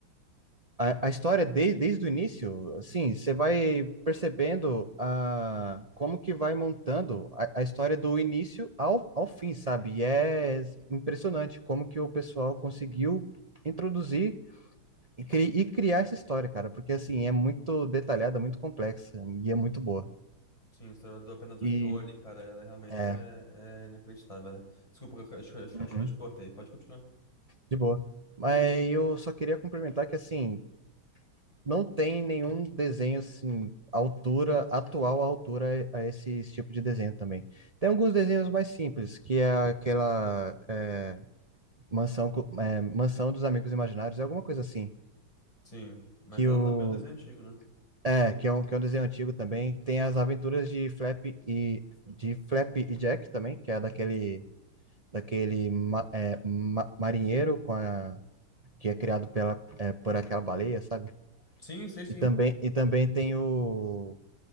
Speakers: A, on the right (about 45°); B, on the left (about 15°).
A: a, a história desde, desde o início, assim,
B: Uhum.
A: você vai percebendo a, como que vai montando a, a história do início ao, ao fim, sabe? E é impressionante como que o pessoal conseguiu introduzir e, cri- e criar essa história, cara, porque assim, é muito detalhada, muito complexa e é muito boa.
B: Sim, a história do apenas um
A: E
B: show ali, cara, ela realmente
A: é,
B: é, é inacreditável, né? Desculpa, acho, que- acho,
A: uhum,
B: que- acho que eu te cortei. Pode continuar.
A: de boa. Mas eu só queria complementar que assim, não tem nenhum desenho assim, altura, atual à altura a esse tipo de desenho também. Tem alguns desenhos mais simples, que é aquela é, mansão, co- é, mansão dos Amigos Imaginários, é alguma coisa assim,
B: Sim, mas
A: que
B: ela
A: o
B: também é um desenho antigo, né?
A: é, que é um, que é um desenho antigo também, tem as aventuras de Flap e de Flap e Jack também, que é daquele daquele ma- é, ma- marinheiro com a que é criado pela é, por aquela baleia, sabe?
B: Sim, sei sim.
A: E também, e também tem o